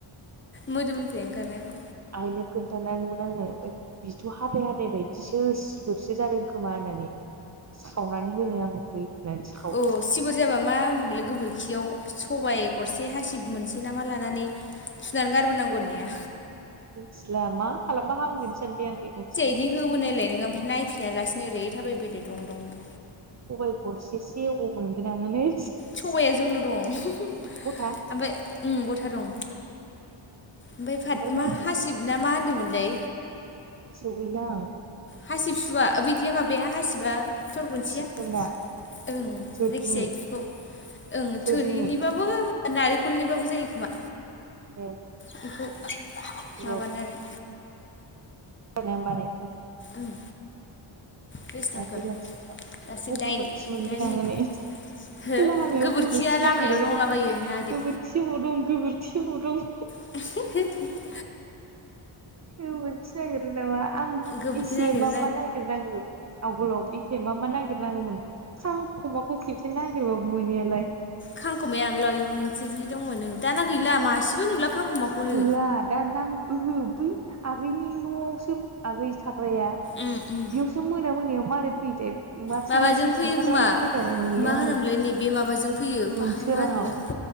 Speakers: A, on the left; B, on the right.
A: मोदोमनिफ्राय ओंखारनायखौ
B: आयनो खोन्थानायमोन आङो ओमफाय बिथ' हाथाय हाथाय बायदिसो सिबोरसो जादों खोमा होननानै सावनानै होनो आङो <unintelligible>
A: अ सिबोर जायाबा मा होन्दोंमोनलाय गोबोरखियाव सबाय गरसे हासिब मोनसे नामा लानानै सुनानै गारबोनांगौ होननाया
B: मिनथिला मा खालामबा हामगोन सो सानबाय आं से मोनसेखौ
A: बिदि होबोनायलाय नोङो ओमफ्राय नायफिना लासिनो ओरै थाबायबोदो दं दंनो
B: सबाइ गरसेसे अबाव मोनगोन आङो नै
A: सबाया जोंनाव दं ओमफाय
B: गथा
A: ओम गथा दं। ओमफाय
B: ओमफ्राय
A: फाथ मा
B: होनदों
A: हासिब ना मा होनदोंमोनलै
B: गोसोआव गैला आं
A: हासिब सुवा ओ बैदिया माबाया हासिबा थर गथिया
B: सिबखोन्दा
A: ओं
B: थोरिनि
A: जायखिजाया बिदिखौ ओं
B: थोरिनि
A: थोरिनिबो थ होना नारेंखलनिबाबो जायो खोमा?
B: ए
A: बेखौ माबानानै
B: र' ने बानाय
A: ओं बेसे थांखो
B: दा बेलासिफ्राव
A: दासो
B: ब
A: दाइन
B: गोबोरखि मोनगोन
A: दाइन मिनिट
B: आङो नै
A: हो
B: लामायाव
A: गोबोरखिया
B: गोबोरखि
A: लामायाव
B: नागिरो बेरायनोसै
A: दंलाबायो नागिर
B: गोबोरखि अबाव दं गोबोरखि अबाव दं।
A: <unintelligible>
B: गो मोनथि नागिरो नामा आं
A: गोबोरखि
B: एसे
A: नागिर
B: मा मा नागिर ङो आवगोलाव बेसे मा मा नागिरनांगोमोन। खांखमाखौ खेबसेनो नागिरबाबो मोनियालाय।
A: खांखुमाया आगोलावय नसो जि दंमोन नों दाना गैला मासेबो नुला। खांखमाखौनो
B: नुला दा नां ओहो बै आगैनि न'आवसो आगै थाग्राया
A: उम उम
B: इयावसो मोना मोनायाव मारै फैयोथाय? मासे
A: माबाजों
B: मासे
A: फैयो
B: बुथारनानै
A: खोमा
B: दोनबाय थानाय नुयो
A: मा
B: आङो
A: होनोमोनलै नैबे माबाजों फैयो
B: उम सोराङाव
A: मा होनोमोनलै?